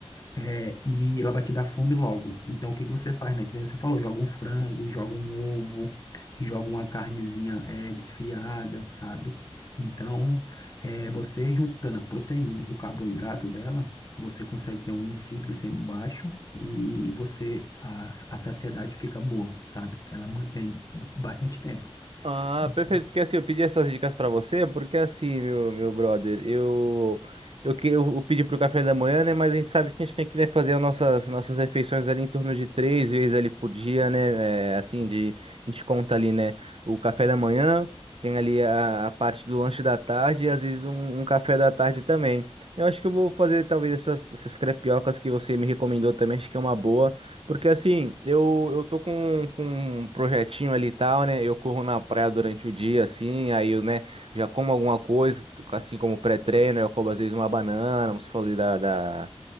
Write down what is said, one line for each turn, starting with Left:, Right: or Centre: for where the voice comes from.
Left: é, e ela vai te dar fome logo. Então, o que que você faz, né? Que nem você falou, joga um frango, joga um ovo, joga uma carnezinha, é, desfiada, sabe? Então, é, você juntando a proteína e o carboidrato dela, você consegue ter um índice glicêmico baixo e você, a, a saciedade fica boa, sabe? Ela mantém bastante tempo.
Right: Ah,
Left: Então,
Right: perfeito, porque assim, eu pedi essas dicas pra você, porque assim, meu, meu brother, eu, eu, que- eu pedi pro café da manhã, né, mas a gente sabe que a gente tem que, né, fazer as nossas, nossas refeições ali em torno de três vezes ali por dia, né, é, assim, de, a gente conta ali, né, o café da manhã, tem ali a, a parte do lanche da tarde e às vezes um, um café da tarde também. Eu acho que eu vou fazer talvez essas, essas crepiocas que você me recomendou também, acho que é uma boa. Porque assim, eu, eu tô com, com um projetinho ali e tal, né? Eu corro na praia durante o dia, assim, aí eu, né, já como alguma coisa, assim como pré-treino, eu como às vezes uma banana, você falou ali da, da,